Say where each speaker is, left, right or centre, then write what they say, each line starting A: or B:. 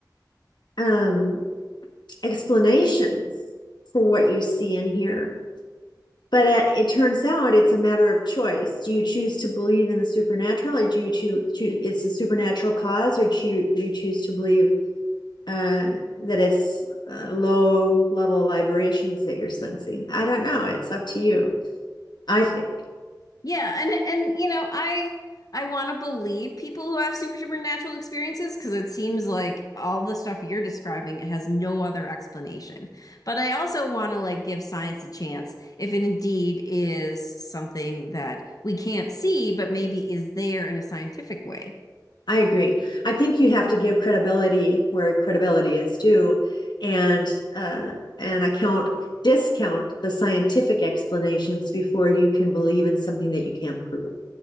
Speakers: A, on the left; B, on the left.
A: um, explanations for what you see and hear. But uh, it turns out it's a matter of choice. Do you choose to believe in the supernatural, or do you choose, choose it's a supernatural cause, or do you, do you choose to believe uh, that it's uh, low level vibrations that you're sensing? I don't know. It's up to you. I think.
B: Yeah, and and you know, I I want to believe people who have super supernatural experiences because it seems like all the stuff you're describing has no other explanation. But I also want to like give science a chance if it indeed is something that we can't see, but maybe is there in a scientific way.
A: I agree. I think you have to give credibility where credibility is due, and uh, and account discount the scientific explanations before you can believe in something that you can't prove.